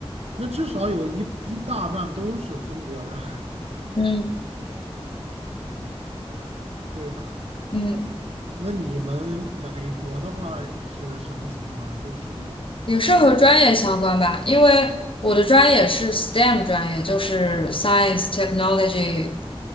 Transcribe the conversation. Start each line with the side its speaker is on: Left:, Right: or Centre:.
Right: 那至少有一一大半都是中国人。<laughs>
Left: 嗯
Right: 对啊，
Left: 嗯。
Right: 那你们美国的话是什么情况啊？就是
Left: 也是和专业相关吧，因为我的专业是 STEM 专业，就是 Science、Technology、